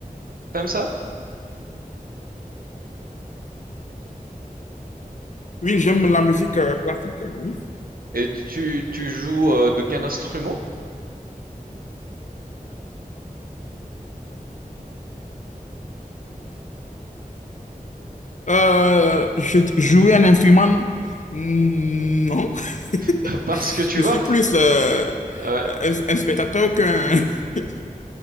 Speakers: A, on the right (about 75°); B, on the left (about 55°).
A: T'aimes ça?
B: Oui, j'aime la musique euh, classique, euh, oui.
A: Et tu, tu joues euh, de quel instrument?
B: Euh, je- jouer un instrument, mm, non. <laughs>
A: <laughs> Parce que tu
B: Je
A: vois,
B: suis plus euh,
A: ouais,
B: euh, un, un spectateur qu'un... <laughs>